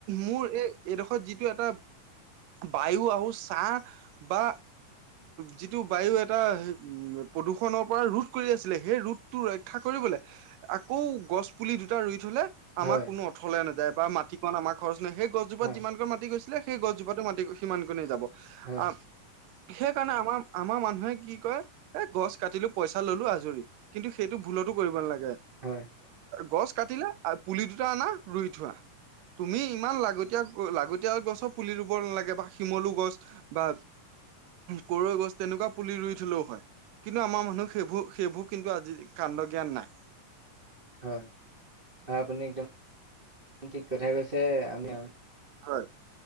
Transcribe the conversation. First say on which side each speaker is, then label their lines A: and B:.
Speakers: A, on the right (about 80°); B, on the right (about 65°).
A: মোৰ এই এইডোখৰ যিটো এটা বায়ু আহ চাহ। বা যিটো বায়ু এটা উম। প্ৰদূষণৰ পৰা ৰোধ কৰি আছিলে। সেই ৰোধটো ৰক্ষা কৰিবলৈ আকৌ গছ পুলি দুটা ৰুই। তোলে
B: হয়
A: আমাৰ কোনো অথলে নাযায় বা মাটি কন আমাৰ খৰচ নহয়। সেই গছজোপাত
B: হয়
A: যিমান কণ মাটি গৈছিলে। সেই গছজোপাটো মাতি সিমান কোনে যাব
B: হয়
A: আহ। সেই কাৰণে আমাৰ, আমাৰ মানুহে কি কয় এ গছ কাটিলো পইচা ললো আজৰি কিন্তু সেইটো ভুলতো কৰিব নালাগে
B: হয়,
A: গছ কাটিলে পুলিটো। না ৰুই থোৱা তুমি ইমান লাগতিয়াল লাগতিয়াল গছো পুলি ৰুব নালাগে বা শিমলু গছ বা। কদৈগছ তেনেকুৱা পুলি ৰুই থলেও হয়।। কিন্তু আমাৰ মানুহ সেইবোৰ সেইবোৰ কিন্তু আজি কন্দ জ্ঞান নাই।
B: হয় হয় আপুনি একদম। ঠিক কথা কৈছে আমি।
A: হয়